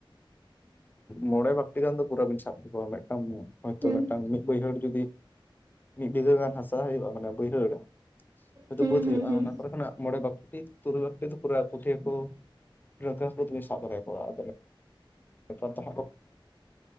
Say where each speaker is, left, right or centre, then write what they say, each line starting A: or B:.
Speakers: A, on the left; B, on the right.
A: ᱢᱚᱬᱮ ᱵᱟᱹᱠᱴᱤ ᱜᱟᱱ ᱫᱚ ᱯᱩᱨᱟᱹ ᱵᱤᱱ ᱥᱟᱵᱠᱚᱣᱟ ᱢᱤᱫᱴᱟᱝ ᱦᱚᱭᱛᱳ
B: ᱦᱮᱸ
A: ᱢᱤᱫᱴᱟᱝ ᱢᱤᱫ ᱵᱟᱹᱭᱦᱟᱹᱲ ᱡᱩᱫᱤ ᱢᱤᱫ ᱵᱤᱜᱷᱟᱹ ᱜᱟᱱ ᱦᱟᱥᱟ ᱦᱩᱭᱩᱜ-ᱟ ᱢᱟᱱ ᱵᱟᱹᱭᱦᱟᱹᱲ ᱾ ᱦᱚᱭᱛᱳ
B: ᱦᱮᱸ
A: ᱵᱟᱹᱫ ᱦᱩᱭᱩᱜ-ᱟ
B: ᱦᱮᱸ
A: ᱚᱱᱟ ᱠᱷᱱᱟᱜ ᱢᱚᱬᱮ ᱵᱟᱹᱴᱤ ᱛᱩᱨᱩᱭ ᱵᱟᱴᱤ ᱫᱚ ᱚᱱᱰᱮ ᱠᱷᱚᱱᱟᱜ ᱢᱚᱬᱮ ᱵᱟᱠᱴᱤ ᱯᱩᱨᱟᱹ ᱯᱩᱴᱷᱤ ᱦᱟᱸᱠᱩ <unintelligible> ᱥᱟᱵ ᱫᱟᱲᱮᱭᱟᱠᱚᱣᱟ ᱟᱫᱚ ᱾ ᱱᱮᱛᱟᱨ ᱫᱚ <unintelligible>